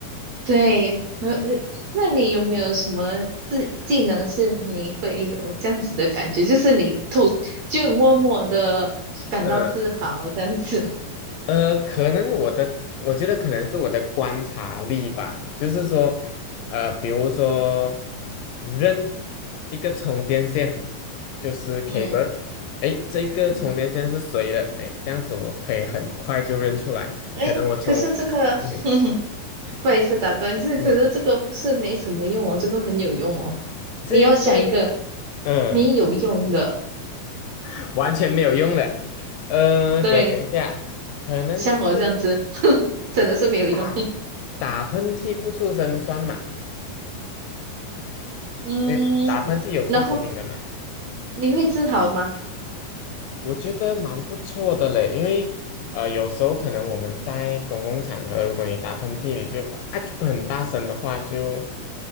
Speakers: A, on the right; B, on the left.
A: 对，那那那你有没有什么技技能是你会有这样子的感觉，就是你偷就默默的感到自豪这样子？
B: 嗯。呃，可能我的，我觉得可能是我的观察力吧，就是说，呃，比如说扔一个充电线，就是
A: <laughs>
B: cable，
A: 嗯
B: 哎，这个充电线是谁的？
A: 嗯，
B: 哎，这样子我可以很快就认出来，
A: 诶，
B: 可能我从，
A: 可是这个
B: 嗯
A: <laughs> 不好意思打断，就是可是这个不是没什么用哦，
B: 嗯，
A: 这个很有用哦。
B: 这个
A: 你要想一个
B: 嗯
A: 没有用的，
B: <laughs> 完全没有用的，呃，
A: 对，
B: 给我讲一下，可能就是
A: 像我这样子，<laughs> 真的是没有用。
B: 打打喷嚏不出声算嘛，
A: <laughs> 嗯，
B: 你打喷嚏有出声音的嘛？
A: 然后你会治好吗？
B: 我觉得蛮不错的嘞，因为呃，有时候可能我们在公共场合，如果你打喷嚏，你就啊就很大声的话，就